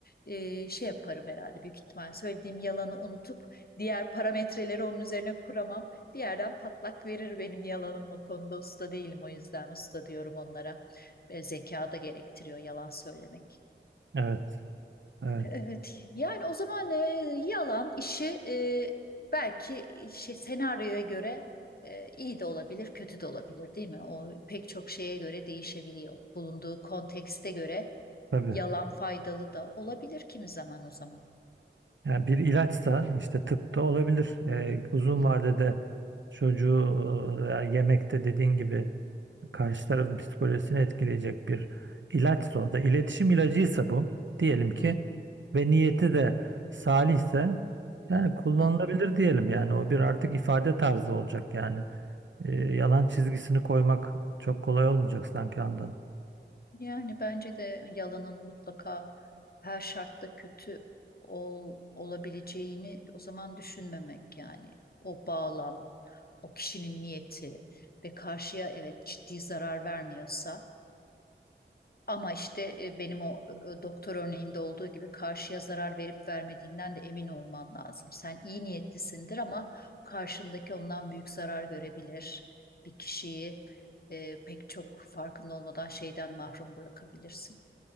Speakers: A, on the left (about 55°); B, on the right (about 80°).
A: e, şey yaparım herhalde büyük ihtimal söylediğim yalanı unutup diğer parametreleri onun üzerine kuramam. Bir yerden patlak verir benim yalanım o konuda usta değilim o yüzden usta diyorum onlara. E, zeka da gerektiriyor yalan söylemek.
B: Evet. Evet.
A: Evet, yani o zaman e, yalan işi e, belki şey, senaryoya göre e, iyi de olabilir, kötü de olabilir, değil mi? O pek çok şeye göre değişebiliyor. Bulunduğu kontekste göre
B: Tabii.
A: yalan faydalı da olabilir kimi zaman o zaman.
B: Yani bir ilaçsa işte tıpta olabilir. Ee, uzun
A: Hı hı,
B: vadede çocuğu e, veya yemekte dediğin gibi karşı tarafın psikolojisini etkileyecek bir ilaçsa o da iletişim ilacıysa bu diyelim ki
A: hı hı,
B: ve niyeti de salihse yani kullanılabilir
A: hı hı.
B: diyelim yani o bir artık ifade tarzı olacak yani. Ee, yalan çizgisini koymak çok kolay olmayacak sanki andan.
A: Yani bence de yalanın mutlaka her şartta kötü ol, olabileceğini o zaman düşünmemek yani o bağlam, o kişinin niyeti ve karşıya evet ciddi zarar vermiyorsa ama işte e, benim o e, doktor örneğinde olduğu gibi karşıya zarar verip vermediğinden de emin olman lazım. Sen iyi niyetlisindir ama karşındaki ondan büyük zarar görebilir. Bir kişiyi e, pek çok farkında olmadan şeyden mahrum bırakabilirsin.